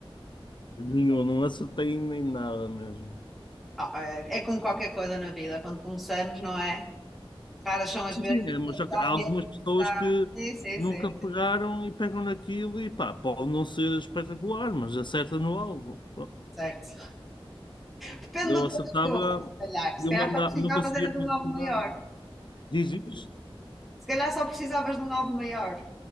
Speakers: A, on the left (about 55°); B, in the centre.
A: Nenhum, não acertei nem nada mesmo.
B: Ah, É é como qualquer coisa na vida, quando começamos, não é? Raras são as
A: Sim,
B: vezes
A: sim, é, mas
B: que
A: só que
B: realmente
A: há algumas pessoas
B: dá-
A: que
B: Sim, sim,
A: nunca
B: sim,
A: pegaram e pegam naquilo e pá, pode não ser espetacular, mas acerta no alvo.
B: certo. Depende
A: Eu
B: do tamanho
A: acertava,
B: do ovo, se calhar. Se
A: eu
B: calhar
A: mandava,
B: só precisavas
A: não conseguia
B: era de
A: concretizar.
B: um alvo maior.
A: Diz isso?
B: Se calhar só precisavas de um alvo maior.